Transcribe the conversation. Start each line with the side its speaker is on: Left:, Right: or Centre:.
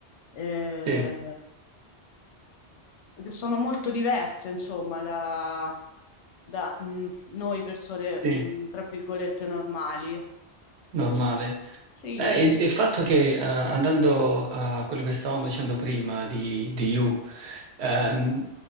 Left: eh,
Right: sì,
Left: che sono molto diverse, insomma, da, da, mm, noi persone,
Right: sì,
Left: mm, tra virgolette, normali.
Right: normale.
Left: Sì.
Right: Eh, il, il fatto che, eh, andando a quello che stavamo dicendo prima di, di You, ehm,